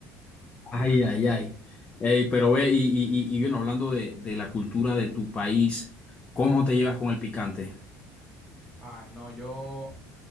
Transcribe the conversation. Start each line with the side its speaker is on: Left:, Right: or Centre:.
Left: Ay, ay, ay. Ey, pero ve, y, y, y, y bueno, hablando de, de la cultura de tu país, ¿cómo te llevas con el picante?
Centre: Ah, no, yo...